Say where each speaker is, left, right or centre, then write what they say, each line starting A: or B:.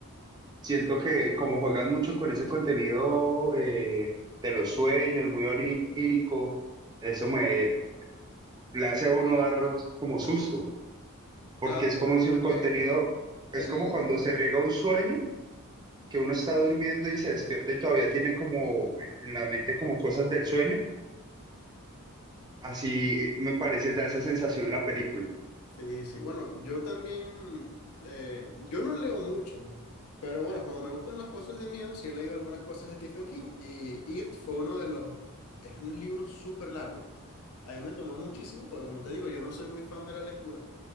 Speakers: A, on the right (about 20°); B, on the left (about 80°).
A: siento que como juegan mucho con ese contenido eh, de los sueños, muy onírico, eso me le hace a uno dar como susto, porque
B: Claro,
A: es
B: porque
A: como
B: tú
A: si el
B: ves
A: contenido,
B: que
A: es
B: el...
A: como cuando se riega un sueño, que uno está durmiendo y se despierta y todavía tiene como eh, en la mente como cosas del sueño Así eh, me parece, da esa sensación la película.
B: Sí, sí. Bueno, yo también... eh, yo no leo mucho, pero bueno, como me gustan las cosas de miedo, sí he leído algunas cosas de Stephen King y It fue uno de los... Es un libro súper largo. A mí me tomó muchísimo, porque como te digo, yo no soy muy fan de la lectura,